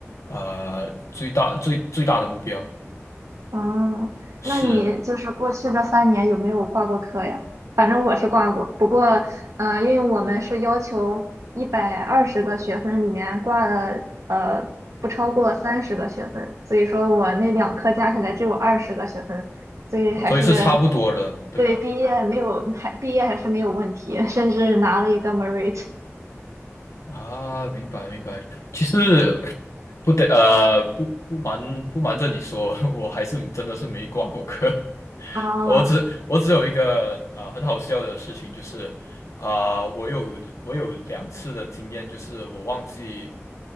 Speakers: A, on the left; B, on the right.
A: 呃最大最最大的目标，
B: 嗯，
A: 是，
B: 那你就是过去这三年有没有挂过科呀？反正我是挂过，不过，嗯、呃，因为我们是要求一百二十个学分里面挂了呃不超过三十个学分，所以说我那两科加起来只有二十个学分，所以还是
A: 所以是差不多了，对吧？
B: 对毕业没有还毕业还是没有问题，甚至拿了一个 merit
A: 啊，明白明白。其实不得呃不不瞒不瞒着你说，<laughs> 我还是真的是没挂过科，
B: 啊，
A: 我只我只有一个呃很好笑的事情，就是啊、呃我有我有两次的经验，就是我忘记